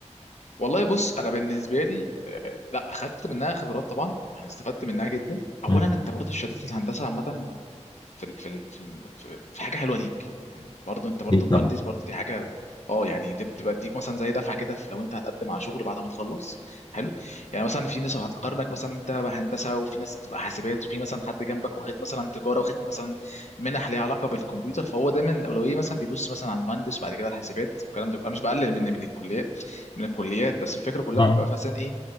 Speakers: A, on the left; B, on the left.
A: والله بص انا بالنسبه لي آه، لا خدت منها خبرات طبعا يعني استفدت منها جدا اولا
B: مم.
A: انت برضه شهاده الهندسه عامه في ال- في ال- في ال- في في حاجه حلوه ليك يعني برضه انت برضه
B: اكيد
A: مهندس
B: طبعا
A: برضه دي حاجه اه يعني دي بتبقى تديك مثلا زي دفعه كده في- لو انت هتقدم على شغل بعد ما تخلص حلو يعني مثلا في ناس هتقارنك مثلا انت بقى هندسه وفي ناس بقى حاسبات وفي مثلا حد جنبك واخد مثلا تجاره واخد مثلا منح ليها علاقه بالكمبيوتر فهو دايما اولويه مثلا بيبص مثلا على المهندس وبعد كده الحاسبات والكلام ده بيبقى مش بقلل من من الكليات من الكليات بس الفكره كلها
B: اه
A: بيبقى مثلا ايه